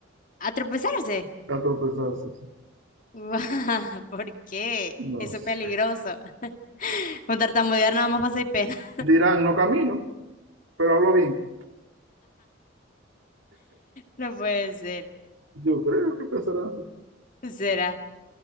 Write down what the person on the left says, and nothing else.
¿A tropezarse?
<laughs> ¿Por qué?
Eso es
peligroso. <laughs> Con tartamudear nada más pasáis pena.
No puede ser.
Será.